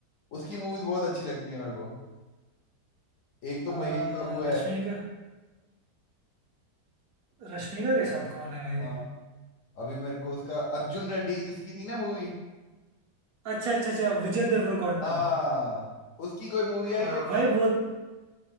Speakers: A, on the left; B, on the right.
A: उसकी मूवीज बहुत अच्छी लगती है मेरे को एक तो
B: आ,
A: महेश बाबू है
B: रश्मिका रश्मिका के साथ कौन है भाई
A: हाँ अभी मेरे को उसका अर्जुन रेड्डी जिसकी थी ना मूवी
B: अच्छा अच्छा अच्छा विजय देवरकोंडा
A: हाँ उसकी कोई मूवी आई
B: हाँ
A: है नहीं
B: भाई वो